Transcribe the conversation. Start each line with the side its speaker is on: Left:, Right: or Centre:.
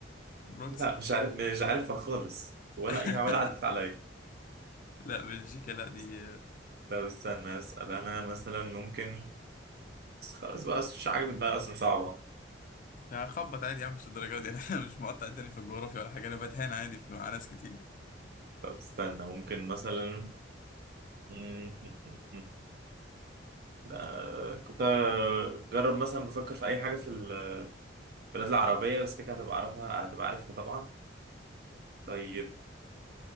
Left: بروكسل
Right: لا مش عارف مش عارفها خالص ولا
Left: <laughs>
Right: يا ولا عدت عليا
Left: لا بلجيكا لا دي
Right: بس- طب استنى أسأل أنا مثلا ممكن بس خلاص بقى مش عاجبك بقى أصلا صعبة
Left: يعني خبط عادي يا عم مش الدرجه دي <laughs> انا مش مقطع الدنيا في الجغرافيا ولا حاجه انا بتهان عادي في- مع ناس كتير
Right: طب استنى ممكن مثلا مم، مم، مم، مم. لا كنت أجرب مثلا بفكر في أي حاجة في البلاد العربية بس كده هتبقى عارفها هتبقى عارفها طبعا طيب